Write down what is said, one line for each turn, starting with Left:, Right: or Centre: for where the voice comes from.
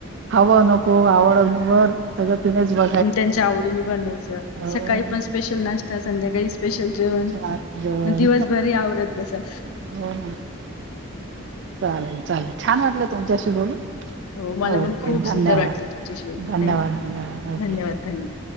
Right: हवं नको आवड निवड. सगळं तिनेचं ब
Left: ऊ त्यांच्या आवडीने बनवायचं
Right: हो
Left: सकाळी पण स्पेशल नास्टा संध्याकाळीसं स्पेशल जेवण,
Right: आज जेवण
Left: नं दिवसभर हे आवरत बसा.
Right: हो ना. चालेल, चालेल छान वाटलं तुमच्याशी बोलून.
Left: हो मला
Right: ओके
Left: पण खूप सुंदर
Right: धन्यवाद
Left: वाटलं तुमच्या शी बोलून
Right: धन्यवाद
Left: थँक्यू
Right: ओके
Left: धन्यवाद, धन्यवाद.